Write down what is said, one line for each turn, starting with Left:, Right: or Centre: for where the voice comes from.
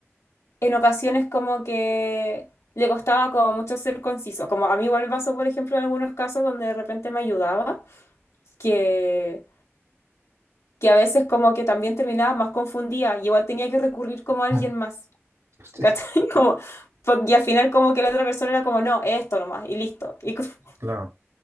Left: en ocasiones como que le costaba como mucho ser conciso, como a mí igual me pasó, por ejemplo, en algunos casos donde de repente me ayudaba, que... que a veces como que también terminaba más confundida y igual tenía que recurrir como a alguien
Right: Ah,
Left: más,
Right: <laughs> sí,
Left: ¿cachai? <laughs> Como, po- y al final como que la otra persona era como, no, esto nomás, y listo. Y, co- <laughs>
Right: Claro.